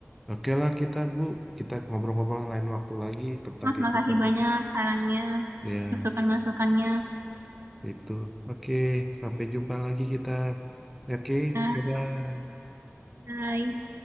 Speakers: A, in the centre; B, on the right.
A: Oke lah kita Bu, kita ngobrol-ngobrol lain waktu lagi tentang
B: Mas,
A: kehidupan
B: makasih banyak
A: kita.
B: sarannya,
A: Ya,
B: masukan-masukannya.
A: itu. Oke, sampai jumpa lagi kita. Oke,
B: Ya,
A: bye-bye.
B: bye.